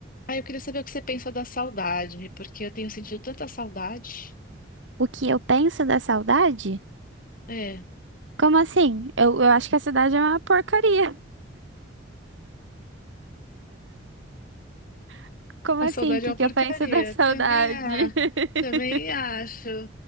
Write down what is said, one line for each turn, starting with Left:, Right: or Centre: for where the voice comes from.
Left: Ah, eu queria saber o que você pensa da saudade, porque eu tenho sentido tanta saudade.
Right: O que eu penso da saudade?
Left: É,
Right: Como assim? Eu, eu acho que a saudade é uma porcaria. <laughs> Como
Left: a
Right: assim?
Left: saudade
Right: O que
Left: é uma
Right: que
Left: porcaria.
Right: eu penso da saudade?
Left: Também, a,
Right: <laughs>
Left: também acho.